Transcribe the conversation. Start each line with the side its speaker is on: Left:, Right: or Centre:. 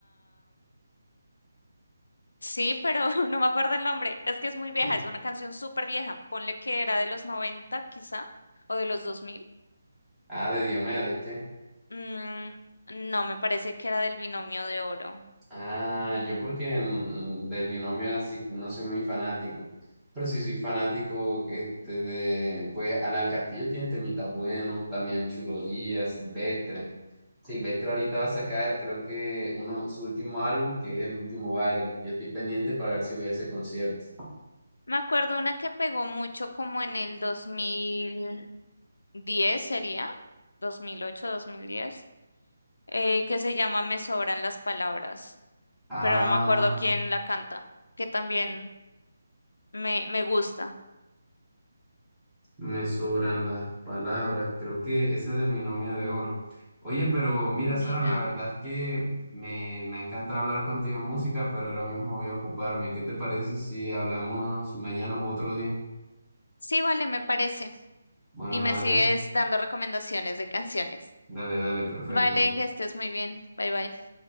Left: Sí, pero <laughs> no me acuerdo el nombre. Es que es muy vieja,
Centre: <laughs>
Left: es una canción súper vieja. Ponle que era de los noventa, quizá, o de los 2000.
Centre: Ah, de Diomedes, ¿qué?
Left: Mm, no, me parece que era del Binomio de Oro.
Centre: Ah, yo porque en- del binomio así no soy muy fanático, pero sí soy fanático este de, pues Anal Castillo tiene temitas buenos, también Churo Díaz, Silvestre. Silvestre ahorita va a sacar creo que uno, su último álbum que es El Último Baile. Yo estoy pendiente
Left: Mm.
Centre: para ver si voy a ese concierto.
Left: Me acuerdo una que pegó mucho como en el dos mil diez sería, 2008, 2010, eh, que se llama Me sobran las palabras,
Centre: Ah.
Left: pero no me acuerdo quién la canta, que también me, me gusta.
Centre: Me sobran las palabras, creo que ese es del binomio de oro. Oye, pero
Left: Mira.
Centre: mira, Sara, la verdad es que me, me ha encantado hablar contigo en música, pero ahora mismo voy a ocuparme. ¿Qué te parece si hablamos mañana u otro día?
Left: Sí, vale, me parece.
Centre: Bueno,
Left: y me
Centre: dale,
Left: sigues dando recomendaciones de canciones.
Centre: dale, dale, perfecto.
Left: Vale, que estés muy bien. Bye bye.